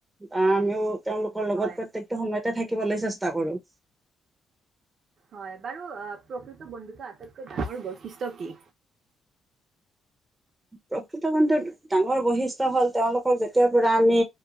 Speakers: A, on the right; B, on the right.
A: আমিও তেওঁলোকৰ লগত
B: হয়
A: প্ৰত্যেকটো সময়ত থাকিবলৈ চেষ্টা কৰোঁ।
B: হয় বাৰু, প্ৰকৃত বন্ধুত্বৰ আটাইতকৈ ডাঙৰ বৈশিষ্ট্য কি?
A: প্ৰকৃত বন্ধুত্ব ডাঙৰ বৈশিষ্ট্য হ'ল, তেওঁলোকক যেতিয়াৰ পৰা আমি